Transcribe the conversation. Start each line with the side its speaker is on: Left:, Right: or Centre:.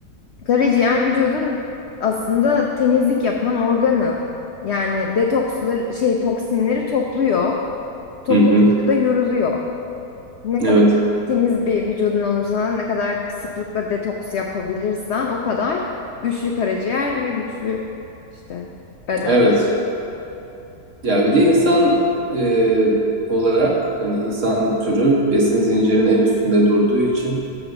Left: Karaciğer vücudun aslında temizlik yapan organı. Yani detoksları şey toksinleri topluyor. Topladıkça
Right: Hı hı.
Left: da yoruluyor. Ne kadar
Right: Evet.
Left: temiz bir vücudun olursa, ne kadar sıklıkla detoks yapabilirsen o kadar güçlü karaciğer ve güçlü işte beden.
Right: Evet. Ya bir de insan e, olarak hani insan türü besin zincirinin en üstünde durduğu için